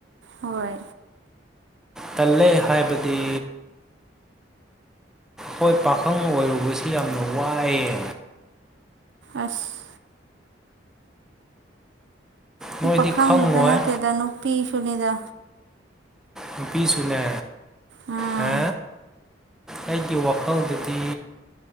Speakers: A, on the right (about 70°); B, in the centre.
A: ꯍꯣꯏ
B: ꯇꯜꯂꯦ ꯍꯥꯏꯕꯗꯤ ꯍꯣꯏ ꯄꯥꯈꯪ ꯑꯣꯏꯔꯨꯕꯁꯤ ꯌꯥꯝꯅ ꯋꯥꯏꯌꯦ
A: ꯑꯁ ꯅ
B: ꯅꯣꯏꯗꯤ
A: ꯄꯥꯈꯪ
B: ꯈꯪꯉꯣꯏ
A: ꯈꯛꯇ ꯅꯠꯇꯦꯗ ꯅꯨꯄꯤ ꯁꯨꯅꯤꯗ
B: ꯅꯨꯄꯤꯁꯨꯅꯦ
A: ꯎꯝ
B: ꯍꯥ ꯑꯩꯒꯤ ꯋꯥꯈꯜꯗꯗꯤ